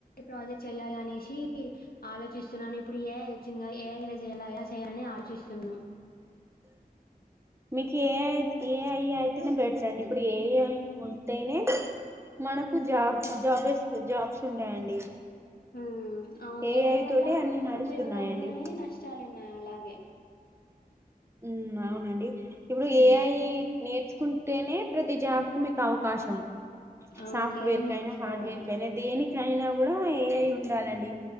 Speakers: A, on the left; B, on the right.
A: ప్రాజెక్ట్ చెయాలి అనేసి ని ఆలోచిస్తున్నాను ఇప్పుడు ఏఐ వచ్చింది కదా ఏఐ మీధ చేయాల ఎలా చేయాలని ఆలోచిస్తున్నాను
B: మీకు ఏఐ ఏఐ అయితేనే బెటర్ అండి ఇప్పుడు ఏఐ ఉంటేనే మనకు జాబ్ జాబేస్ జాబ్స్ ఉంటాయండి
A: ఊ అవును
B: ఏఐ
A: ఏ ఐ వల్ల
B: తోటే అన్ని నడుస్తున్నాయండి
A: ఉపయోగాలు ఉన్నాయి నష్టాలు వున్నాయి అలాగే
B: ఉ అవునండి ఇప్పుడు
A: హ్మ్.
B: ఏఐ నేర్చుకుంటేనే ప్రతి జాబుకు మీకు అవకాశం
A: అవును.
B: సాఫ్ట్
A: ఏఐ
B: వేర్ కయినా
A: నేర్చుకోవాలి.
B: హార్డ్వేర్ కయినా దేనికైనా కూడా ఏఐ ఉండాలండి